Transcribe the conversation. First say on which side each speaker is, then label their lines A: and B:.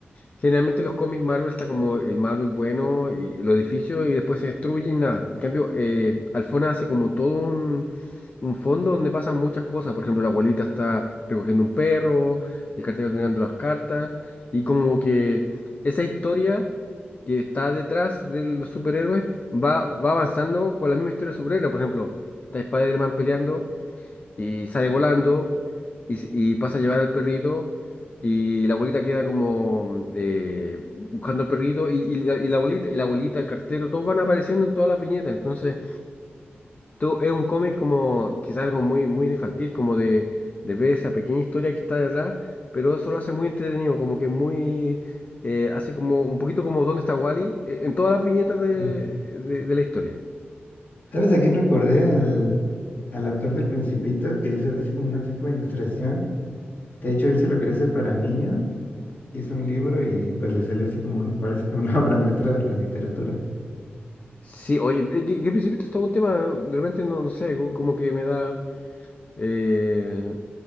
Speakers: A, on the left; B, on the left.
A: generalmente los cómics Marvel está como el malo es bueno y los edificios y después se destruye y nada. En cambio, eh, Alfona hace como todo un, un fondo donde pasan muchas cosas. Por ejemplo, la abuelita está recogiendo un perro, el cartero está entregando las cartas y como que esa historia que está detrás de los superhéroes va, va avanzando con la misma historia de superhéroes. Por ejemplo, está Spider-Man peleando y sale volando y, s- y pasa a llevar al perrito y la abuelita queda como mm, eh, buscando al perrito y, y la, y la abuelita, y la abuelita, el cartero, todos van apareciendo en todas las viñetas. Entonces, todo es un cómic como quizás algo muy, muy infantil, como de, de ver esa pequeña historia que está detrás, pero eso lo hace muy entretenido, como que muy... eh, hace como un poquito como ¿Dónde está Wally? en todas las viñetas de,
B: Bien.
A: de, de la historia.
B: ¿Sabes a quién recordé? Al, al autor del Principito, que hizo así como una tipo de ilustración. De hecho, él sí lo quería hacer para niños Hizo un libro y pues le salió así como, un- ahora sí que una <laughs> obra maestra de la literatura.
A: Sí, oye, eh, que, que al principio esto es todo un tema, de repente no, no sé, co- como que me da... Eh,